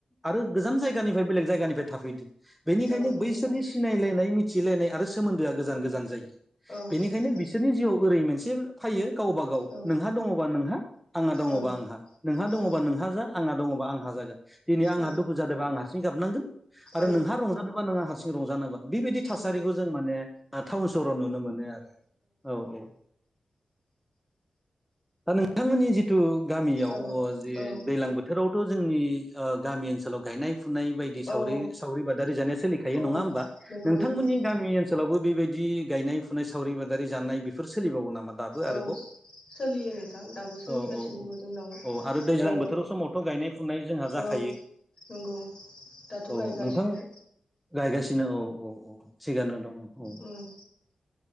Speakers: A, in the centre; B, on the left.
A: आरो गोजान जायगानिफ्राय बेलेग जायगानिफ्राय थाफैदो। बेनिखायनो
B: औ नंगौ
A: बैसोरनि
B: नोंथां
A: सिनायलायनाय मिथिलायनाय आरो सोमोन्दोआ गोजान गोजान जायो।
B: औ
A: बेनिखायनो
B: नंगौ नोंथां
A: बिसोरनि जिउआव ओरै मोनसे फैयो। गावबा गाव
B: औ
A: नोंहा दङबा नोंहा आंहा दङबा
B: औ
A: आंहा नोंहा दङबा
B: औ
A: नोंहा जा आंहा दङ। आं ह जागोन दिनै आंहा
B: औ
A: दुखु जादोंबा आं हारसिं गाबनांगोन आरो
B: औ
A: नोंहा रंजादोंबा नोंहा ह रंजानांगोन। बेबायदि थासारिखौ
B: नंगौ
A: जों माने टाउन सहराव नुनो मोनो आरो औ औ। दा नोंथांमोननि जिथु गामियाव
B: औ
A: जे
B: औ
A: दैलां बोथोराव जोंनि गामि ओनसोलाव गायनाय फुनाय बायदि सावरि
B: औ
A: सावरि बादारि जानाया सोलि नङा
B: औ
A: होमबा
B: नंगौ
A: नोंथांमोननि
B: नंगौ नोंथां
A: गामिनि ओनसोलावबो बेबायदि गायनाय फुनाय सावरि बादारि जानाय बेफोर सोलिबावो नामा दाबो आरोबाव
B: औ सोलियो नोंथां दाबो सोलिगासिनो
A: औ औ औ
B: दङ जोंनाव
A: औ आरो दैज्लां
B: ओ
A: बोथोराव समावथ' गायनाय फुनाय जोंहा जाखायो
B: औ नंगौ दाथ'
A: औ
B: गायगासिनो
A: नोंथां गायगासिनो औ औ औ थिगानो दं औ
B: उम